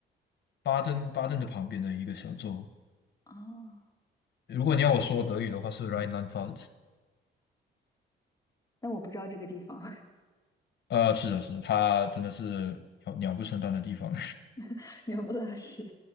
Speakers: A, on the left (about 60°); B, on the left (about 15°).
A: 巴登巴登的旁边的一个小州。
B: 啊？
A: 如果你要我说德语的话，是 Rheinland-Pfalz。
B: 但我不知道这个地方，
A: 呃，是的，是的，他真的是鸟鸟不生蛋的地方，
B: <laughs> 鸟不拉屎，